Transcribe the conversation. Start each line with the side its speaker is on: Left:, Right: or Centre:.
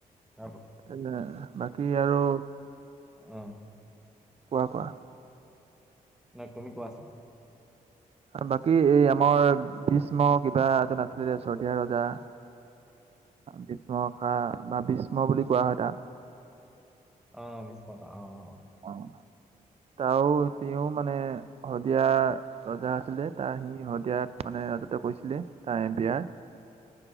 Centre: তাৰ
Right: এ বাকী আৰু?
Centre: অঁ।
Right: কোৱা, কোৱা?
Centre: <unintelligible>
Right: আৰু বাকী এই আমাৰ গ্ৰীষ্ম কিবা এজন আছিলে যে শদিয়া ৰজা। ভীষ্মষা বা ভীষ্ম বুলি কোৱা হয় তাক।
Centre: অঁ, ভীষ্ম, অঁ- অঁ।
Right: অঁ, তাও -তেওঁ মানে শদিয়া - ৰজা আছিলে তাৰ সি শদিয়াত মানে ৰাজত্ব কৰিছিলে, তাৰ বিয়াৰ -